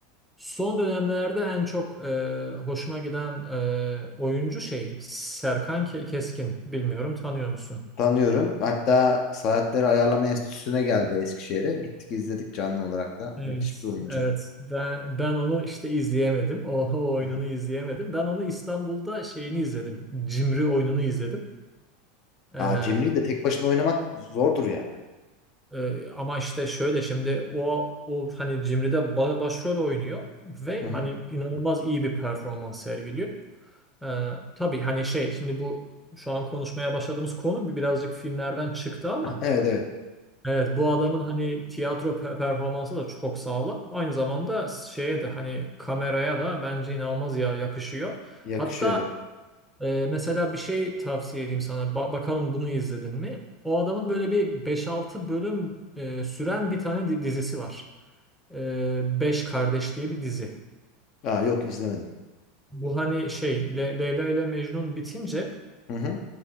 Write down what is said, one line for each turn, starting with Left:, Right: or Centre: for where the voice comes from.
Centre: son dönemlerde en çok e, hoşuma giden e, oyuncu şey Serkan Ke- Keskin. Bilmiyorum tanıyor musun?
Left: Tanıyorum. Hatta Saatleri Ayarlama Enstitüsü'ne geldi Eskişehir'e. Gittik izledik canlı olarak da.
Centre: Evet,
Left: Müthiş bir oyuncu.
Centre: evet. Ben ben onu işte izleyemedim. O, o oyununu
Left: Hı hı.
Centre: izleyemedim. Ben onu İstanbul'da şeyini izledim. Cimri oyununu izledim. Ee,
Left: Aa, Cimri'yi de tek başına oynamak zordur yani.
Centre: e, ama işte şöyle şimdi o o hani Cimri'de ba- başrol oynuyor ve
Left: Hı hı.
Centre: hani inanılmaz iyi bir performans sergiliyor. Ee, tabii hani şey şimdi bu şu an konuşmaya başladığımız konu bir birazcık filmlerden çıktı ama
Left: Evet evet.
Centre: evet bu adamın hani tiyatro pe- performansı da çok sağlam. Aynı zamanda şeye de hani kameraya da bence inanılmaz ya yakışıyor.
Left: Yakışıyor
Centre: Hatta
Left: evet.
Centre: e, mesela bir şey tavsiye edeyim sana. Ba- bakalım bunu izledin mi? O adamın böyle bir beş altı bölüm e, süren bir tane di- dizisi var. E, Beş Kardeş diye bir dizi.
Left: Aa yok izlemedim.
Centre: Bu hani şey Le- Leyla ile Mecnun bitince
Left: Hı hı.